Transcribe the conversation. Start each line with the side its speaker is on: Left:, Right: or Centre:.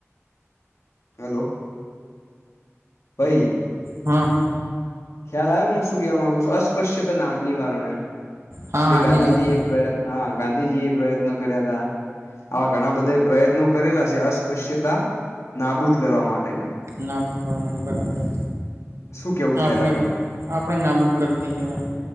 Left: હલો. ફઈ.
Right: હ.
Left: ખ્યાલ આવે હું શું કહેવા માંગુ છું અસ્પશ્યતા ના નિવારણ એમ
Right: હા
Left: જે
Right: હાચી
Left: ગાંધીજી
Right: વાત છે
Left: એ પ્ર હા ગાંધીજીએ પ્રયત્નો કર્યા હતા. આવા ઘણા બધા પ્રયત્નો કરેલા છે અસ્પશ્યતા નાબૂદ કરવા માટેના.
Right: ના કો બરાબર.
Left: શું કેવું
Right: આપણે
Left: થાય તમારું
Right: આપણે નાબૂદ કરી દીયે.